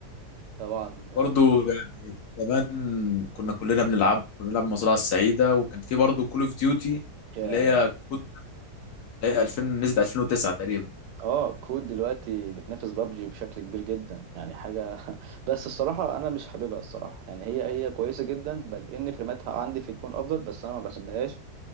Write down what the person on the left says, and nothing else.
برضو يعني زمان كنا كلنا بنلعب كنا بنلعب مزرعه السعيده وكان في برضو كول اوف ديوتي
اللي هي كود اللي هي 2000 نزلت 2009 تقريبا